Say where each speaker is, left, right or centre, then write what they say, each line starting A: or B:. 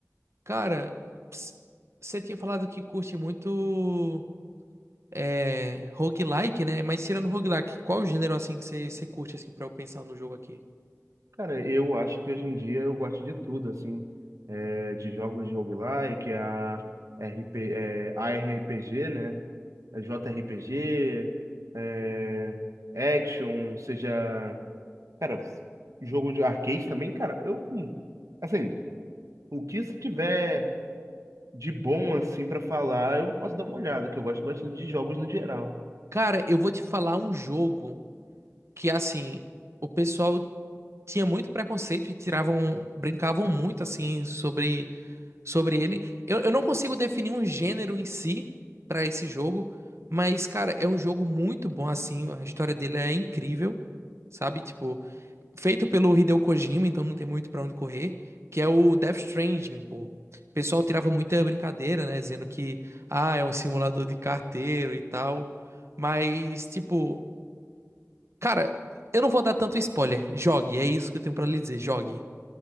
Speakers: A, on the right; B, on the right.
A: Cara, ps- você tinha falado que curte muito é, roguelike, né? Mas tirando roguelike, qual o gênero, assim, que você você curte, assim, pra eu pensar no jogo aqui?
B: Cara, eu acho que hoje em dia eu gosto de tudo, assim, é, de jogos de roguelike, a RP, é, ARPG, né? É, JRPG, é, action, seja, cara, jogo de arcade também, cara, eu, hum, assim, o que se tiver de bom, assim, pra falar, eu posso dar uma olhada, que eu gosto bastante de jogos no geral.
A: Cara, eu vou te falar um jogo. que assim, o pessoal tinha muito preconceito e tiravam, brincavam muito assim sobre sobre ele. Eu, eu não consigo definir um gênero em si pra esse jogo, mas cara, é um jogo muito bom assim, a história dele é incrível, sabe? Tipo, feito pelo Hideo Kojima, então não tem muito pra onde correr, que é o Death Stranding, pô. O pessoal tirava muita brincadeira, né, dizendo que ah, é um simulador de carteiro e tal. Mas, tipo, Cara, eu não vou dar tanto spoiler. Jogue, é isso que eu tenho pra lhe dizer. Jogue,